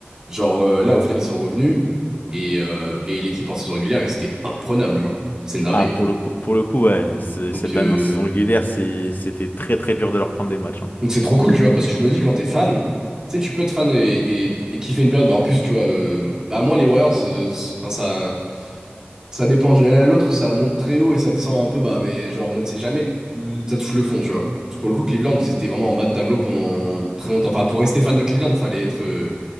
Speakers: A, on the right (about 15°); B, on the left (about 50°).
A: Genre euh, là, au final, ils sont revenus et, euh, et l'équipe en saison régulière, et c'était imprenable, genre. C'est une dinguerie.
B: Ah, pour le coup, pour le coup, ouais, c'est-
A: Donc
B: cette
A: euh,
B: année en saison régulière, c'est- c'était très très dur de leur prendre des matchs. hein.
A: donc c'est trop cool, tu vois, parce que je me dis quand t'es fan, tu sais, tu peux être fan et, et, et kiffer une période. Bah, en plus, tu vois, euh, bah moi les Warriors, euh, c'est- enfin ça ça dépend d'une année à l'autre, ça monte très haut et ça descend un peu bas, mais genre en mode c'est jamais ça touche le fond, tu vois. Parce que pour le coup, Cleveland, ils étaient vraiment en bas de tableau pendant très longtemps. Enfin, pour rester fan de Cleveland, fallait être euh,